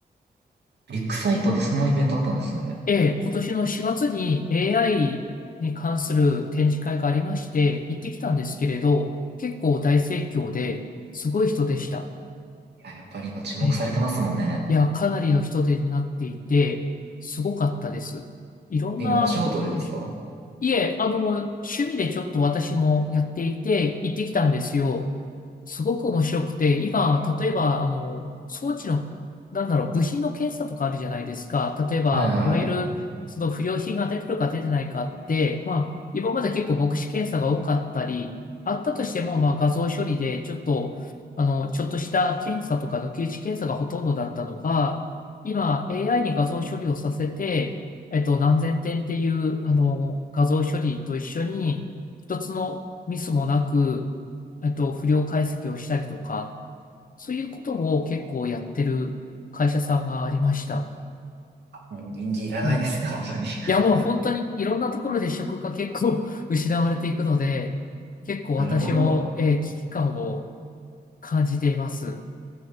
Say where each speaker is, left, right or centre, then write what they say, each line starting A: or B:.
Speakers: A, on the right; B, on the left.
A: ビッグサイトでそんなイベントあったんですね。
B: ええ、今年の4月に AI に関する展示会がありまして、行ってきたんですけれど、結構大盛況で、すごい人でした。
A: いや、やっぱり今注目されてますもんね。
B: ええいや、かなりの人手になっていて、すごかったです。いろんな、
A: 今お仕事でですか
B: よいしょ。いえ、あの、趣味でちょっと私もやっていて、行ってきたんですよ。すごく面白くて、今、例えば、あの、装置の、なんだろう、部品の検査とかあるじゃないですか。例えば、
A: はいはい。
B: いわゆる、その不良品が出てるか出てないかって、まあ、今まで結構目視検査が多かったり、あったとしても、まあ、画像処理で、ちょっと、あの、ちょっとした検査とか抜き打ち検査がほとんどだったのが、今 AI に画像処理をさせて、えっと、何千点っていう、あの、画像処理と一緒に、一つのミスもなく、えっと、不良解析をしたりとか、そういうことを結構やってる会社さんがありました。
A: もう人間いらないですね、
B: ええ
A: <laughs> 本当に。<laughs>
B: いや、もう本当にいろんなところで職が結構 <laughs> 失われていくので、結構私も、
A: なるほど。
B: ええ危機感を感じています。